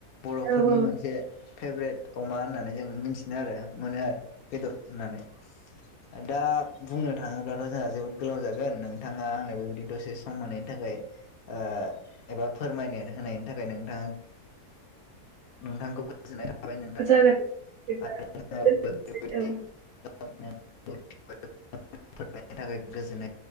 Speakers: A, on the left; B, on the right.
A: बर'फोरनि
B: औ
A: मोनसे फेभरेट अमा होननानै जों मिथिनो आरो। मोनो आरो बेदर होननानै। ओ दा बुंनो थाङोब्लाथ' जोंहा जोबोद गोलाव जागोन नोंथाङा आंनो बेबायदि दसे सम होनायनि थाखाय ओ एबा फोरमायनो होनायनि थाखाय नोंथां नोंथांखौ गोजोननाय थाबाय नोंथां
B: जागोन बिदिब्ला
A: आरो बेबायदि
B: दोनबाय औ
A: <unintelligible>